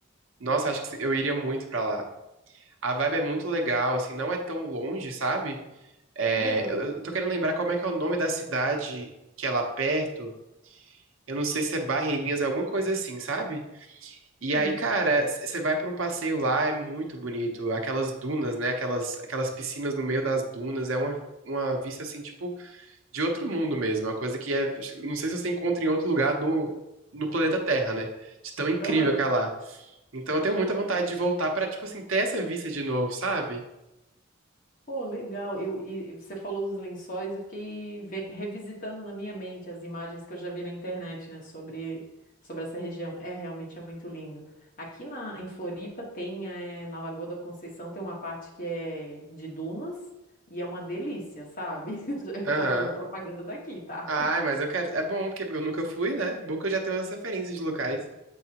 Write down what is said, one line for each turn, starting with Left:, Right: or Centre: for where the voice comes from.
Right: nossa, acho que eu iria muito pra lá. A vibe é muito legal, assim, não é tão longe, sabe? É,
Left: Aham,
Right: eu eu tô querendo lembrar como é que é o nome da cidade que é lá perto. Eu não sei se é Barreirinhas, é alguma coisa assim, sabe? E
Left: Uhum.
Right: aí, cara, c- você vai pra um passeio lá, é muito bonito. Aquelas dunas, né? Aquelas, aquelas piscinas no meio das dunas, é uma, uma vista, assim, tipo, de outro mundo mesmo. Uma coisa que é. Não sei se você encontra em outro lugar no, no planeta Terra, né? De tão incrível
Left: aham.
Right: que é lá. Então eu tenho muita vontade de voltar pra, tipo assim, ter essa vista de novo, sabe?
Left: Pô, legal. Eu, e você falou dos lençóis, eu fiquei ve- revisitando na minha mente as imagens que eu já vi na internet, né, sobre, sobre essa região. É, realmente é muito lindo. Aqui na, em Floripa tem, eh, na Lagoa da Conceição, tem uma parte que é de dunas e é uma delícia, sabe? <laughs>
Right: Aham.
Left: Eu tô fazendo propaganda daqui, tá?
Right: Ah, mas eu quero. É bom, porque eu nunca fui, né? Bom que eu já tenho umas referências de locais.